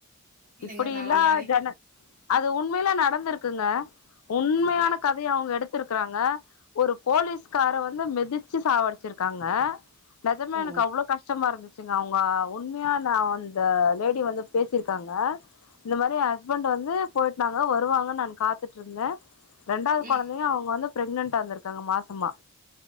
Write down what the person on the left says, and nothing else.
இப்பிடி
இல்லா
ஜன அது உண்மையில நடந்திருக்குங்க உண்மையான
கதைய அவுங்க எடுத்திருக் - றாங்க ஒரு போலீஸ்கார வந்து மெதிச்சு சாவடிச்சிருக்காங்க நெஜமா
எனக்கு அவ்ளோ கஷ்டமா இருந்துச்சு ங்க அவுங்க உண்மையான அந்த லேடி வந்து பேசிருக்காங்க இந்த மாதிரி எ ஹஸ்பண்ட் வந்து போய்ட்டாங்க வருவாங்கன்னு நான் காத்துட்டு இருந்த ரெண்டாவது
குழந்தையு அவங்க வந்து பிரெக்னன்ட் ஆ இருந்திருக்காங்க மாசமா